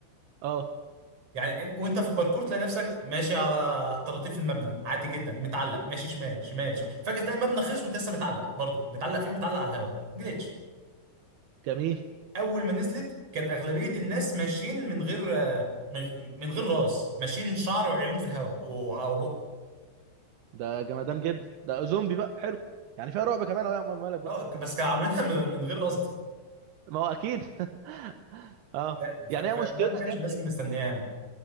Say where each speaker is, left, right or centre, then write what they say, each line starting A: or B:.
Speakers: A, on the right; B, on the right.
A: اه
B: يعني إن- وانت في الباركور تلاقي نفسك ماشي على طراطيف المبنى عادي جدا متعلق ماشي شمال شمال شمال فجاه تلاقي المبنى خلص وانت لسه متعلق برضه متعلق فين متعلق على الهواء جليتش
A: جميل
B: اول ما نزلت
A: آه،
B: كان اغلبيه الناس ماشيين من غير آه، من من غير راس ماشيين شعر وعيون في الهواء وع- وبق
A: ده جمدان جدا ده زومبي بقى حلو يعني فيها رعب كمان اهو يا عمر مالك بقى
B: اه بس كانوا عاملينها من من غير قصد
A: ما هو اكيد <laughs> اه
B: ف- ف-
A: يعني هي
B: فده
A: مشكلتها
B: ما كانش
A: كان
B: الناس مستنياه يعني